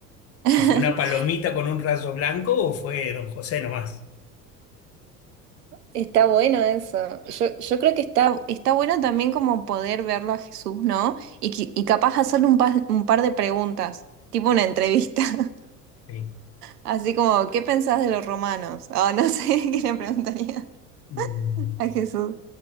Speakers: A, on the left (about 30°); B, on the right (about 75°).
A: si
B: <laughs>
A: fue una palomita con un rayo blanco o fue don José nomás.
B: Está bueno eso. Yo, yo creo que está, está bueno también como poder verlo a Jesús, ¿no? Y, qui- y capaz hacerle un, pa- un par de preguntas, tipo una entrevista, <laughs>
A: Sí.
B: así como, ¿qué pensás de los romanos? O no sé, <laughs> ¿qué le preguntaría
A: Mm.
B: a Jesús?